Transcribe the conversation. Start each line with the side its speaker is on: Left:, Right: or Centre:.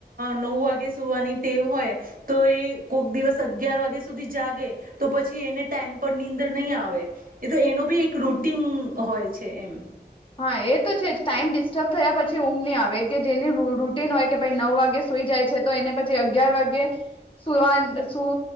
Right: નવ વાગે સુવાની ટે હોય તો એ કોઈ દિવસ સુધી જાગે તો પછી એને ટાઈમ પર નીંદર નહી આવે. તો એનો બી એક રૂટીન
Left: હમ
Right: હોય છે એમ.
Left: હા એ તો છે જ ટાઈમ ડિસ્ટર્બ થયા પછી ઊંઘ નહીં આવે કે જેની રૂટીન હોય કે ભાઈ નવ વાગે સુઈ જાય છે તો એને પછી અગિયાર વાગે સુવા સુ